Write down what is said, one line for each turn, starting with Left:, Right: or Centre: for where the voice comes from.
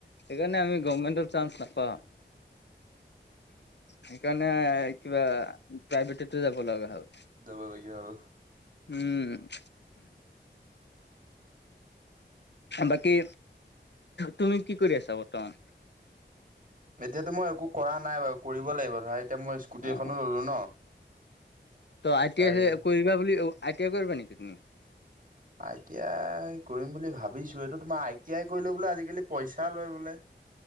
Left: সেইকাৰণে আমি গৰৰ্মেন্ত চাঞ্চ নাপাওঁ। সেইকাৰণে কিবা প্ৰাইভেটতো যাব লগা হ'ল
Right: যাবলগীয়া হ'ল
Left: উম বাকী তুমি কি কৰি আছা বৰ্তমান?
Right: এতিয়াতো মই একো কৰা নাই বাৰু কৰিব লাগিব ধৰা এতিয়া মই স্কুটি
Left: অ',
Right: এখনো ল'লো ন
Left: ত' আইটি
Right: তাৰে
Left: আই কৰিবা বুলি আইটিযাই কৰিবা নেকি?
Right: আই টি আই কৰিম বুলি ভাবিছোঁ এইটো তোমাৰ আই টি আই কৰিলে বোলে আজিকালি পইচা লয় বোলে